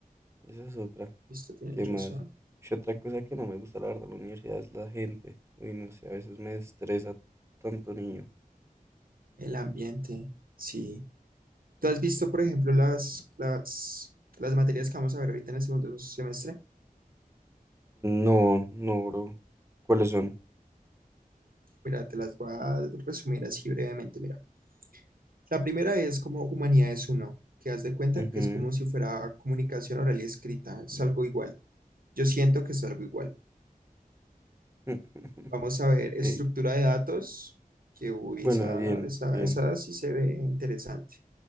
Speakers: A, on the right; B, on the right.
A: Esa es otra.
B: visto, tienes
A: ¿Qué más?
B: razón.
A: Y otra cosa que no me gusta, la verdad, de la universidad es la gente. Uy, no sé, a veces me estresa tanto niño.
B: El ambiente, sí. ¿Tú has visto,
A: que son-
B: por ejemplo, las, las, las materias que vamos a ver ahorita en el segundo semestre?
A: No, no, bro. ¿Cuáles son?
B: Mira, te las voy a resumir así brevemente. Mira, la primera es como Humanidades uno. que haz de cuenta
A: Ujú.
B: que es como si fuera comunicación oral y escrita, es algo igual. Yo siento que es algo igual.
A: <laughs>
B: Vamos a ver estructura
A: Ok.
B: de datos, que uy,
A: Bueno,
B: esa,
A: bien,
B: esa,
A: bien.
B: esa sí se ve interesante.